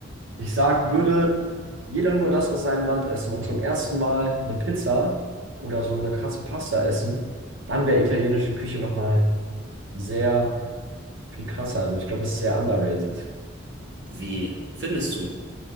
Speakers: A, on the right; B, on the right.
A: Ich sag, würde jeder nur das aus seinem Land essen und zum ersten Mal eine Pizza oder so eine krasse Pasta essen, dann wäre italienische Küche nochmal sehr viel krasser. Also ich glaube, es ist sehr underrated.
B: Wie findest du?